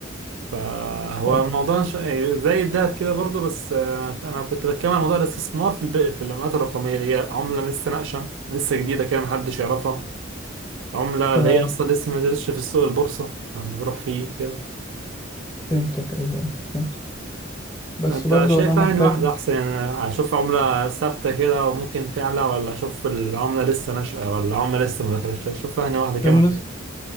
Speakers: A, on the right; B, on the left.
A: فهو
B: طب
A: الموضوع ش- يعني زي الدهب كده برضو بس آه، أنا كنت بتكلم عن موضوع الاستثمار في الب... في العملات الرقمية اللي هي عملة لسه ناقشة لسه جديدة كده محدش يعرفها عملة
B: تمام
A: اللي هي أصلا لسه ما نزلتش في السوق البورصة فأنت تروح فيه كده.
B: فهمتك ايوه أيوة، فهمت بس
A: انت
B: برضو
A: شايف
B: انا محتاج
A: يعني واحدة احسن يعني اشوف عملة ثابتة كده وممكن تعلى ولا اشوف العملة لسه ناشئة ولا عملة لسه ما دخلتش اشوف يعني واحدة كمان
B: بمناسبة